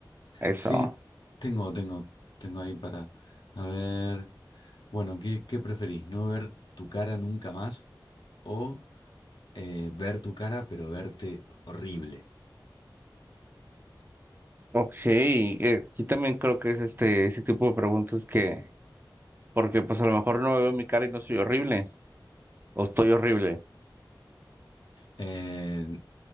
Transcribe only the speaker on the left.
sí, tengo, tengo, tengo ahí para... A ver, bueno, ¿qué, qué preferís? ¿No ver tu cara nunca más? o eh, ver tu cara, pero verte horrible.
Eh,